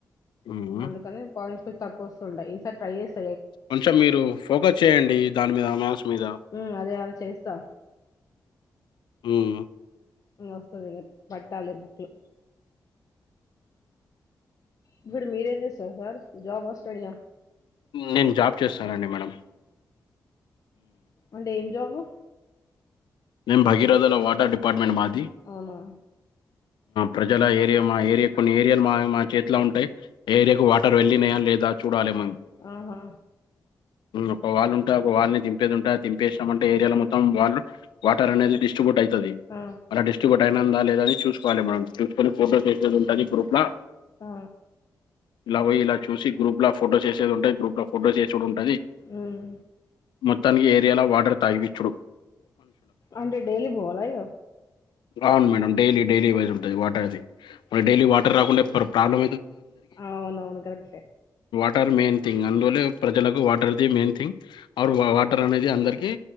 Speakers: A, on the left; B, on the left.
A: హ్మ్.
B: అందుకని పవించకొ తక్కువ వస్తుండాయి ఈసారి ట్రై చేస్త
A: కొంచెం మీరు ఫోకస్ చేయండి దాని మీద మ్యాథ్స్ మీద
B: ఉ అదే అద చేస్తా
A: ఆ
B: వస్తుది పట్టాలి బుక్కులో ఇప్పుడు మీరేం చేస్తారు సార్ జాబ్ వస్తడీగా
A: నేను జాబ్ చేస్తానండి మేడం
B: అంటే ఏం జాబు
A: నిమ్ భగగిరదా వాటర్ డిపార్ట్ అపమెట్ మాది
B: అవునా
A: ప్రజల ఏరియా మా ఏరియా కొన్ని ఏరియాలు మా మా చేతిలో ఉంటాయి ఏరియాకు వాటర్ వెళ్లినయా లేదా చూడాలి మేము
B: ఆహా
A: ఒక వాళు ఉంటే ఒకళ్ళని టా తిపేస్తామంటే ఏరియా మొత్తం వాళ్ళు వాటర్ అది డిట్రిబ్యట్యితే ది
B: ఆ
A: అ డిస్టబట్ ప్రైనందా లేదని చూసుకోవాలి మనం చూసుకొని ఫోటో వేసేది ఉంటాంది గ్రూప్ లో
B: ఆ
A: ఇలా పోయి ఇలా చూసి గ్రూప్ లో ఫో వే ఉంటే గ్రూప్ లో ఫోటోస్ చ అది
B: ఉమ్
A: మొత్తానికి ఏ లా వాడర్ తాగివిచ్చుడు
B: అంటే లీ బోలయి
A: అవును మేడం డైలీ డైలీ వైజ ఉంట వాటర్ది మన డైలీ వాటర్ రాకుండా కాలలో
B: అవున అవును కరెక్
A: ఆర్ మెయిన్ థింగ్ అందులో ప్రజలకు వాట ది మెయిన్థింగ్ ఆర్ వాటర్ అనేది అందరికి